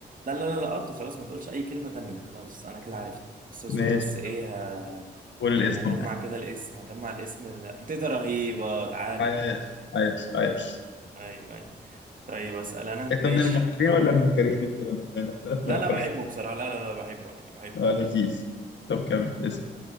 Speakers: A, on the right; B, on the left.
A: لا لا لا لقطته خلاص ما تقولش اي كلمة تانية خلاص انا كده عرفت
B: <laughs>
A: استاذور
B: ماشي
A: بس ايه
B: طب
A: ه-
B: قول الاسم
A: هجمع
B: بقى
A: كده الاسم هجمع الاسم ال- تيتا رهيبة تعالى
B: عايش عايش عايش
A: ايوه ايوه طيب اسأل انا
B: أنت
A: ماشي
B: من المحبين ولا من الكارهين الفيلم ده؟ لأن اختلاف الأقاويل
A: لا لا بحبه بصراحة لا لا لا بحبه عادي بحبه
B: آه لذيذ طب كمل اسم